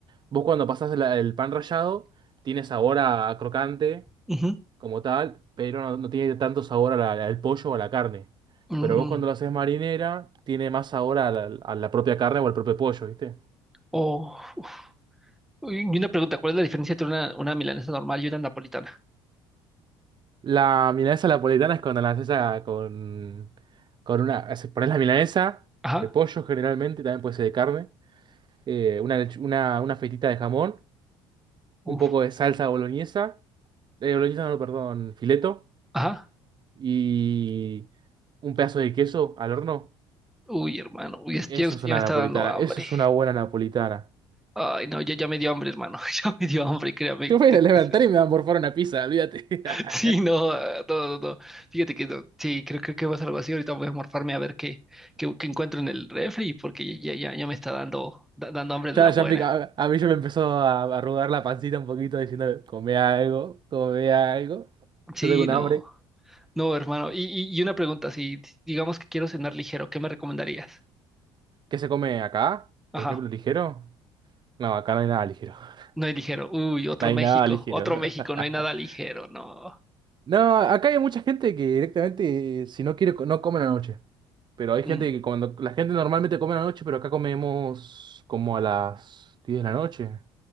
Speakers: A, on the right; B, in the centre.
A: vos cuando pasás la- el pan rallado, tiene sabor a, a crocante
B: ujú,
A: como tal, pero no, no tiene tanto sabor a la- al pollo o a la carne.
B: mm,
A: Pero vos cuando lo haces marinera, tiene más sabor a la, a la propia carne o al propio pollo, ¿viste?
B: oh, uf. Y una pregunta, ¿cuál es la diferencia entre una, una milanesa normal y una napolitana?
A: La milanesa napolitana es cuando la haces a- con, con una... Pones la milanesa
B: Ajá,
A: de pollo generalmente, también puede ser de carne, eh, una, lechu- una, una fetita de jamón,
B: uf,
A: un poco de salsa boloñesa, eh, boloñesa no, perdón, fileto,
B: ajá.
A: y un pedazo de queso al horno.
B: Uy, hermano, uy, es-
A: Eso
B: ya usted
A: es una
B: ya me está
A: napolitana,
B: dando hambre.
A: eso es una buena napolitana.
B: Ay, no, ya, ya me dio hambre, hermano, <laughs> ya me dio hambre, créame.
A: Yo voy
B: <laughs>
A: a levantar y me va a morfar una pizza, olvídate. <laughs>
B: <laughs> Sí, no, ah, no, no, no. Fíjate que no. Sí, creo, creo que va a ser algo así. Ahorita voy a morfarme a ver qué, qué, qué encuentro en el refri, porque ya, ya, ya me está dando, da- dando hambre de
A: Ya,
B: la buena.
A: ya me- a, a mí ya me empezó a a arrugar la pancita un poquito diciendo, come algo, come algo.
B: Sí,
A: Yo tengo un
B: no,
A: hambre.
B: no, hermano. Y, y, y una pregunta, si si, digamos que quiero cenar ligero, ¿qué me recomendarías?
A: ¿Qué se come acá?
B: Ajá,
A: Por ejemplo, ligero. No, acá no hay nada ligero. <laughs>
B: no hay ligero. Uy, otro
A: No hay
B: México,
A: nada ligero.
B: otro México, no
A: <laughs>
B: hay nada ligero, no.
A: No, acá hay mucha gente que directamente, si no quiere, co- no come a la noche. Pero hay
B: Mm,
A: gente que cuando, la gente normalmente come a la noche, pero acá comemos como a las 10 de la noche.